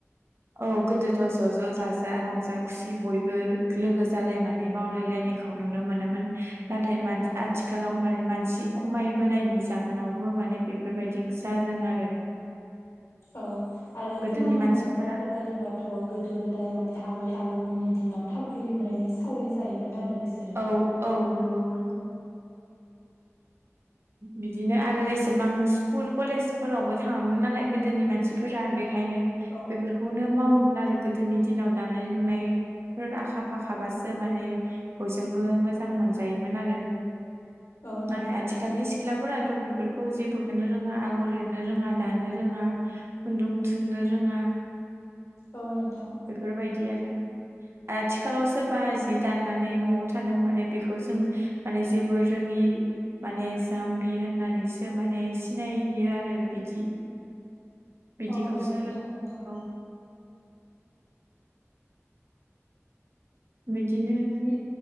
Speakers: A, on the right; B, on the left.
A: औ गोदोथ' ज' ज' जाजा रंजा खुसि बयबो लोगो जालायनानै मावलायलायनाय खौ नुनो मोनोमोन नाथाय मान‌
B: औ
A: आथि खालाव माने मानसि खमायबोनायनि जाहोनावबो माने बेफोरबायदि जादों आरो
B: औ आरो
A: गोदोनि
B: खोनानो
A: मानसिफोरा
B: मोननाय बायदि बायदिब्ला थ गोदो गोदाय माने आबै आबौमोननि दिनाव थावख्रि लुनायनि सावरि जायोमोन आरो बिसोर
A: औ औ नंगौ नंगौ बिदिनो आरो एसेबां स्कुल कलेजफोरावबो थाङामोन नालाय गोदोनि मानसि फोरा बेखायनो
B: औ
A: बेफोरखौनो मावोमोन आरो गोदोनि दिनाव दानाय लुनाय बिफोर आखा फाखाबासो माने बयजोंबो मोजां मोनजायोमोन आरो
B: औ नंगौ
A: नाथाय
B: नोंथां।
A: आथिखालनि सिथ्लाफोराथ बेफोरखौ जेबोखोनो रोङा आगर एरनो रोङा दानो रोङा खुन्दुं थुननो रोङा
B: औ नोंथां
A: बेफोरबायदि आरो आथिखालाव सोरबा जि दाना नै न'आव थादों माने बेखौ जों माने जेबो रोङि माने जाम्बि होननानैसो माने सिनायो आरो बिदि बिदिखौसो
B: औ औ नोंथां नंगौ
A: औ बिदिनो
B: बि